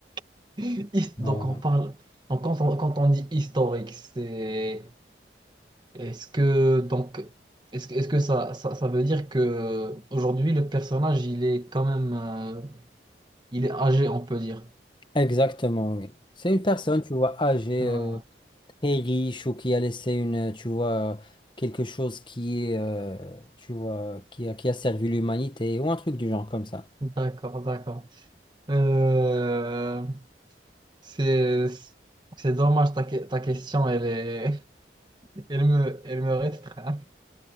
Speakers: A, on the right; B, on the left.
A: <laughs> His-
B: Voilà.
A: Donc, on parle. Donc, quand on, quand on dit historique, c'est. Est-ce que donc est-ce que, est-ce que ça, ça, ça veut dire que aujourd'hui le personnage il est quand même euh, il est âgé on peut dire.
B: Exactement, oui. C'est une personne, tu vois, âgée,
A: Ah,
B: euh, très riche ou qui a laissé une, euh, tu vois, quelque chose qui est, euh, tu vois, qui a, qui a servi l'humanité ou un truc du genre comme ça.
A: d'accord, d'accord. Euh, c'est c'est dommage ta, que- ta question elle est <laughs> elle me elle me restreint